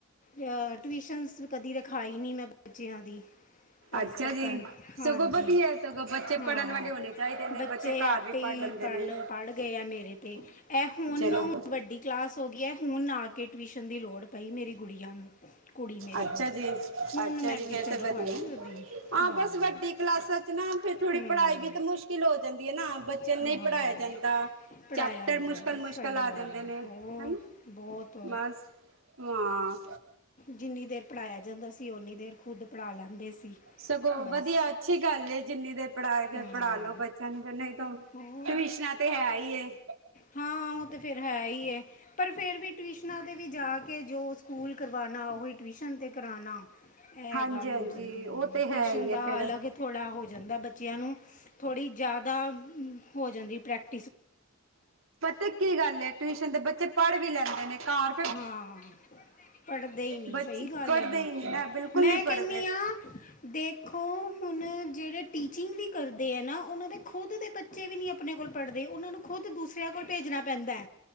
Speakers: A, on the left; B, on the right.
A: ਅ ਟਿਊਸ਼ਨਸ ਵੀ ਕਦੀ ਰਖਾਈ ਨਈ ਮੈਂ ਬੱਚਿਆਂ ਦੀ
B: ਅੱਛਾ
A: ਅਜ ਤੱਕ
B: ਜੀ
A: ਹਨ ਹਾਂਜੀ
B: ਸਗੋਂ ਵਧੀਆ ਸਗੋਂ ਬੱਚੇ
A: ਹਾਂ
B: ਪੜ੍ਹਨ ਵਾਲੇ ਹੋਣੇ ਚਾਹੀਦੇ ਨੇ
A: ਬੱਚੇ
B: ਘਰ
A: ਆਪੇ
B: ਵੀ ਪੜ੍ਹ
A: ਹੀ
B: ਲੈਂਦੇ
A: ਪੜ
B: ਨੇ
A: ਲ ਪੜ੍ਹ ਗਏ ਆ ਮੇਰੇ ਤੇ ਇਹ ਹੁਣ
B: ਚਲੋ
A: ਵਡੀ ਕਲਾਸ ਹੋ ਗਈ ਹੁਣ ਆ ਕੇ ਟਿਊਸ਼ਨ ਦੀ ਲੋੜ ਪਈ ਮੇਰੀ ਗੁੜੀਆਂ ਨੂੰ ਕੁੜੀ ਮੇਰੀ
B: ਅੱਛਾ
A: ਨੂੰ
B: ਜੀ
A: ਹੁਣ
B: ਅੱਛਾ
A: ਮੈਂ
B: ਜੀ
A: ਟਿਵਸ਼ਨ
B: ਫੇਰ ਤੇ
A: ਰਖਵਾਈ
B: ਵਧੀਆ ਹੈ।
A: ਉਹਦੀ ਹਾਂ।
B: ਬਸ ਵੱਡੀ ਕਲਾਸਾਂ 'ਚ ਨਾ ਫਿਰ ਥੋੜ੍ਹੀ
A: ਹੂੰ
B: ਪੜ੍ਹਾਈ ਵੀ ਤਾਂ ਮੁਸ਼ਕਿਲ ਹੋ ਜਾਦੀ ਹੈ ਨਾ ਬੱਚਿਆਂ ਨੂੰ
A: ਹਾਂ
B: ਨਈ ਪੜ੍ਹਾਇਆ ਜਾਂਦਾ
A: ਪੜਾਇਆ
B: ਚੈਪਟਰ
A: ਨਹੀਂ
B: ਮੁਸ਼ਕਲ-ਮੁਸ਼ਕਲ
A: ਜਾਂਦਾ ਸਹੀ
B: ਆ
A: ਗੱਲ
B: ਜਾਂਦੇ
A: ਹੈ
B: ਨੇ
A: ਹੋਰ
B: ਹਨਾ
A: ਬਹੁਤ
B: ਬਸ ਹਾਂ
A: ਜਿਨੀ ਦੇਰ ਪੜ੍ਹਾਇਆ ਜਾਂਦਾ ਸੀ ਉਨੀ ਦੇਰ ਖੁੱਦ ਪੜ੍ਹਾ ਲੈਂਦੇ ਸੀ।
B: ਸਗੋਂ
A: ਬਸ
B: ਵਧੀਆ ਅਛੀ ਗੱਲ ਏ ਜਿਨੀ ਦੇਰ ਪੜ੍ਹਾ ਕੇ
A: ਹਾਂ
B: ਪੜ੍ਹਾ ਲੋ ਬੱਚਿਆਂ ਨੂੰ ਫੇਰ ਨਈ ਤਾਂ
A: ਹੋਰ
B: ਟਿਵਸ਼ਨਾਂ ਤੇ ਹੈ ਈ ਐ।
A: ਹਾਂ ਉਹ ਤੇ ਫਿਰ ਹੈ ਹੀ ਹੈ ਪਰ ਫਿਰ ਵੀ ਟਿਵਸ਼ਨਾਂ ਦੇ ਵਿਚ ਕਿ ਜੋ ਸਕੂਲ ਕਰਵਾਨਣਾ ਓ ਉਹੀ ਟਿਵਸ਼ਨ ਤੇ ਕਰਾਣਾ ਇਹ
B: ਹਾਂਜੀ
A: ਗੱਲ
B: ਹਾਂਜੀ
A: ਹੋ ਜਾਂਦੀ
B: ਉਹ ਤੇ
A: ਟਿਵਸ਼ਨ
B: ਹੈ ਹੀ
A: ਦਾ
B: ਹੈ ਫੇਰ
A: ਅਲਗ ਥੋੜ੍ਹਾ ਹੋ ਜਾਦਾ ਬੱਚਿਆਂ ਨੂੰ ਥੋੜੀ ਜਾਦਾ ਹੋ ਜਾਂਦੀ ਪ੍ਰੈਕ
B: ਪਤਾ ਕੀ ਗੱਲ ਟਿਊਸ਼ਨ ਦੇ ਬੱਚੇ ਪੜ੍ਹ ਵੀ ਲੈਂਦੇ ਨੇ ਘਾਰ
A: ਹਾਂ ਪੜ੍ਹਦੇ ਈ ਨਈ
B: ਬੱਚੇ
A: ਸਈ ਗੱਲ
B: ਪੜ੍ਹਦੇ
A: ਹੈ ਬਿਲਕੁਲ
B: ਹੀ ਨਹੀਂ ਨਾ ਬਿਲਕੁਲ
A: ਮੈਂ
B: ਨਹੀਂ
A: ਕੈਣੀ
B: ਪੜ੍ਹਦੇ
A: ਆਂ। ਦੇਖੋ ਹੁਣ ਜੇੜੇ ਟੀਚਿੰਗ ਵੀ ਕਰਦੇ ਐ ਨਾ ਉਹਨਾ ਦੇ ਖੁਦ ਦੇ ਬੱਚੇ ਵੀ ਨਈ ਆਪਣੇ ਕੋਲ ਪੜ੍ਹਦੇ ਉਹਨਾ ਨੂੰ ਖੁਦ ਦੂਸਰਿਆਂ ਕੋਲ ਭੇਜਣਾ ਪੈਂਦਾ।